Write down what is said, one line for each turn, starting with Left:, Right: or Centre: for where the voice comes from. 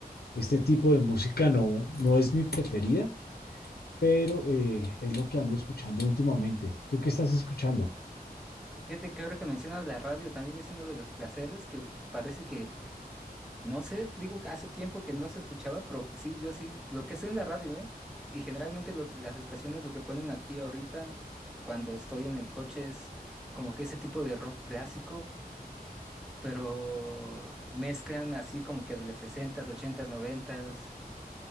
Left: este tipo de música no, no es mi preferida, pero eh, es lo que ando escuchando últimamente. ¿Tú qué estás escuchando?
Centre: Fíjate que ahora que mencionas la radio también es uno de los placeres que parece que, no sé, digo que hace tiempo que no se escuchaba, pero sí, yo sí, lo que sé en la radio, ¿eh? Y generalmente lo que- las estaciones lo que ponen aquí ahorita cuando estoy en el coche es como que ese tipo de rock clásico, pero mezclan así como que de los sesentas, ochentas, noventas